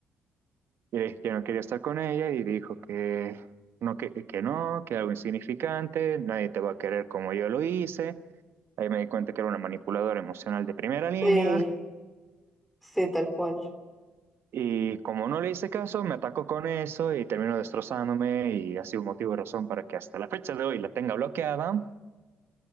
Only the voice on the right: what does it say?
Y le dije que no quería estar con ella y dijo que no, que, que no, que algo insignificante, nadie te va a querer como yo lo hice. Ahí me di cuenta que era una manipuladora emocional de primera línea
Y como no le hice caso, me atacó con eso y terminó destrozándome y ha sido motivo y razón para que hasta la fecha de hoy la tenga bloqueada.